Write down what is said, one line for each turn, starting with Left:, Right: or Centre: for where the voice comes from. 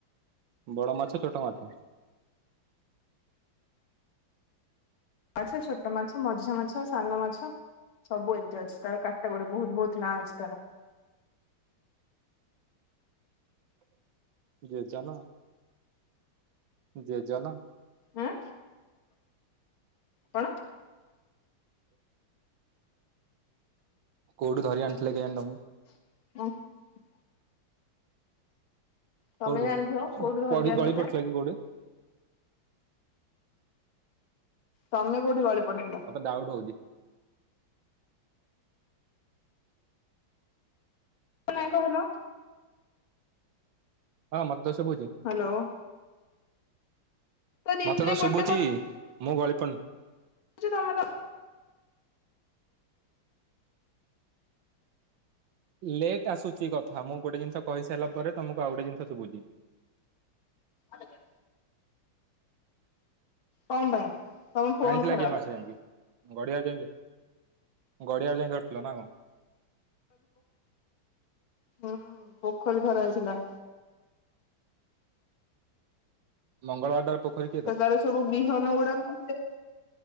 Right: ବଡ ମାଛ ଛୋଟ ମାଛ।
Left: ମାଛ ଛୋଟ ମାଛ ମଝିଆ ମାଛ ସାନ ମାଛ। ସବୁ ଏମିତି ଅଛି ତାର କାଟ ଗୋଡି ବହୁତ ବହୁତ ନାଁ ଅଛି ତାର।
Right: ଯେ ଜ ନ ଯେ ଜ। ନ
Left: ଆଁ କଣ?
Right: କୋଉଠି ଧରି ଆଣିଥିଲେ କିଆଣି ତବକୁ।
Left: <unintelligible> ତମେ
Right: କୋଉଠିୁ
Left: ଜାଣିଥିବ କୋଉଠୁ ଧରିକି
Right: ପଢି
Left: ଆଣିଥିଲେ?
Right: ଗଳି ପଢଥିଲା କି କୋଉଠି?
Left: ତମେ କୋଉଠି ବଳେ ପଡି ଥିଲ।
Right: ଡାଉଟ ହଉଛି।
Left: ନାଇ କହିଲ।
Right: ହଁ ମତେ ଶୁଭୁଛି
Left: ହ୍ୟାଲୋ। ରିପ୍ଲାଏ
Right: ମତେ ତ
Left: ଗୋଟେ
Right: ଶୁଭୁଛି। ମୁଁ ଗଳିପନ
Left: ଶୁଭୁଚି ତମେ ତ
Right: ଲେଟ୍ ଆସୁଛି କଥା। ମୁଁ ଗୋଟେ ଜିନିଷ କହିସାରିଲା ପରେ ତମକୁ ଆଉ ଗୋଟେ ଜିନିଷ ଶୁଭୁଛି।
Left: ଆଗଜେ। କଣ ପାଇଁ? ତମ ଫୋନ
Right: ଆଣିଥିଲା
Left: ଖରାପ
Right: କିଏ ମାଛ ଯାଇକି। ଗଡିଆ ଯାଇ ଗଡିଆକୁ ଯାଇ ଧରିଥିଲ ନା କଣ।
Left: ହୁଁ ପୋଖରୀ ଧରା ହେଇଥିଲା।
Right: ମଙ୍ଗଳବାର ଟାରେ ପୋଖରୀ
Left: ତ ତାର ସବୁ ବିହନ ଗୁଡାସେ